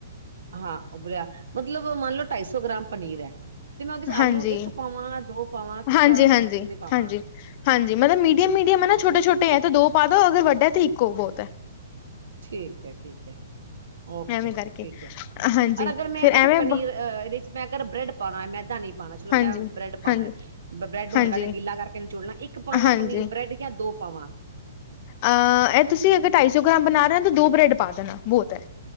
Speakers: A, on the right; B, on the left.
A: ਹਾਂ ਉਬਲਿਆ ਮਤਲਬ ਮੰਨ ਲਓ ਢਾਈ ਸੌ ਗ੍ਰਾਮ ਪਨੀਰ ਹੈ ਤੇ ਮੈਂ ਉਹਦੇ ਚ
B: ਹਾਂਜੀ
A: ਆਲੂ ਇੱਕ ਪਾਵਾਂ ਦੋ ਪਾਵਾਂ ਕਿਸ
B: ਹਾਂਜੀ
A: ਤਰ੍ਹਾਂ
B: ਹਾਂਜੀ
A: ਕਿੰਨੇ ਪਾਵਾਂ
B: ਹਾਂਜੀ ਹਾਂਜੀ ਮਤਲਬ ਮੀਡੀਅਮ-ਮੀਡੀਅਮ ਹੈ ਨਾ ਛੋਟੇ ਛੋਟੇ ਹੈ ਤੇ ਦੋ ਪਾ ਦੋ ਅਗਰ ਵੱਡਾ ਤੇ ਇੱਕੋ ਬਹੁਤ ਹੈ
A: ਠੀਕ ਹੈ ਠੀਕ ਹੈ ਓਕੇ
B: ਐਵੇਂ ਕਰਕੇ
A: ਠੀਕ ਹੈ
B: ਹਾਂਜੀ
A: ਅਰ ਅਗਰ ਮੈਂ
B: ਫਿਰ
A: ਇਹਦੇ ਚ
B: ਐਵੇਂ
A: ਪਨੀਰ ਅ ਅ ਮੈਂ ਅਗਰ ਬ੍ਰੈਡ ਪਾਣੈ ਮੈਦਾ ਨੀ ਪਾਣਾ ਚਲੋ
B: ਹਾਂਜੀ
A: ਮੈਂ ਬ੍ਰੈਡ ਪਾਣੈ
B: ਹਾਂਜੀ
A: ਬ੍ਰੈੱਡ ਨੂੰ
B: ਹਾਂਜੀ
A: ਹਲਕਾ ਜਿਹਾ ਗਿੱਲਾ ਕਰਕੇ ਨਿਚੋੜ ਲਾਂ ਇੱਕ ਪਾਵਾਂ
B: ਹਾਂਜੀ
A: ਪਨੀਰ ਬ੍ਰੈਡ ਜਾਂ ਦੋ ਪਾਵਾਂ
B: ਅਹ ਇਹ ਤੁਸੀਂ ਅਗਰ ਢਾਈ ਸੌ ਗ੍ਰਾਮ ਬਣਾ ਰਹੇ ਹੋ ਤਾਂ ਦੋ ਬ੍ਰੈਡ ਪਾ ਦੇਣਾ ਬਹੁਤ ਹੈ